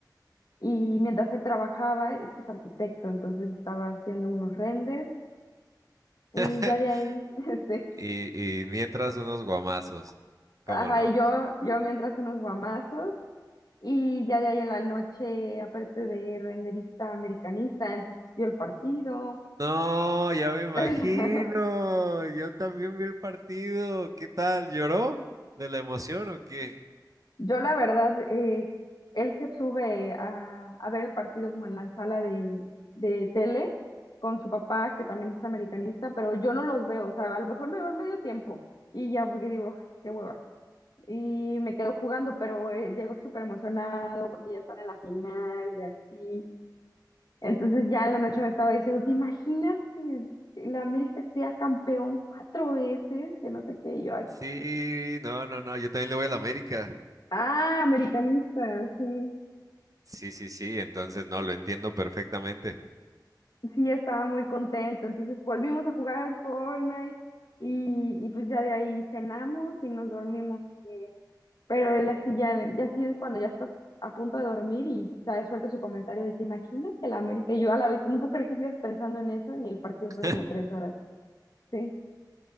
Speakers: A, on the left; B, on the right.
A: y mientras él trabajaba, es que es arquitecto, entonces estaba haciendo unos renders y
B: <laughs>
A: ya de ahí, <laughs> este,
B: Y, y mientras unos guamazos, ¿cómo
A: ajá,
B: no?
A: y yo, yo mientras unos guamazos. Y ya de ahí en la noche, aparte de renderista americanista, entonces vio el partido.
B: No, ya me imagino.
A: <laughs>
B: Yo también vi el partido. ¿Qué tal? ¿Lloró de la emoción o qué?
A: Yo la verdad, eh, él se sube a, a ver el partido como en la sala de, de tele con su papá, que también es americanista, pero yo no los veo, o sea, a lo mejor me veo en medio tiempo y ya, porque digo, "Uf, qué hueva. Y me quedo jugando, pero eh, llego súper emocionado porque ya están en la final y así. Entonces ya en la noche me estaba diciendo, ¿te imaginas que la América sea campeón cuatro veces? Que no sé qué, y yo, "Ay,
B: Sí, no, no, no. Yo también le voy a la América.
A: ah, americanista, sí.
B: Sí, sí, sí. Entonces, no, lo entiendo perfectamente.
A: sí estaba muy contento. Entonces volvimos a jugar Fortnite y, y pues ya de ahí cenamos y nos dormimos. eh, Pero él así ya, ya así es cuando ya estás a punto de dormir y te suelta su comentario de ¿te imaginas que la América? Y yo a la vez, no puedo creer que sigas pensando en eso y el partido
B: <laughs>
A: fue hace como tres horas. Sí,